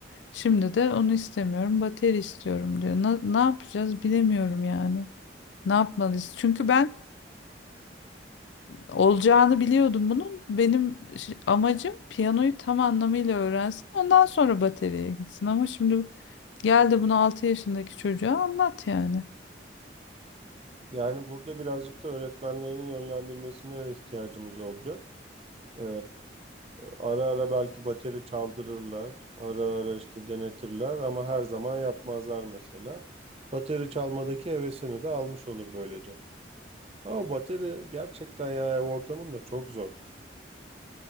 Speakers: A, on the left; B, on the right.
A: Şimdi de onu istemiyorum, bateri istiyorum diyor. Na- ne yapacağız bilemiyorum yani. Ne yapmalıyız? Çünkü ben olacağını biliyordum bunun. Benim ş- amacım piyanoyu tam anlamıyla öğrensin. Ondan sonra bataryaya gitsin. Ama şimdi gel de bunu 6 yaşındaki çocuğa anlat yani.
B: Yani burada birazcık da öğretmenlerin yönlendirmesine ihtiyacımız olacak. Ee, ara ara belki bateri çaldırırlar, ara ara işte denetirler ama her zaman yapmazlar mesela. Bateri çalmadaki hevesini de almış olur böylece. Ama bateri gerçekten ya ev ortamında çok zor.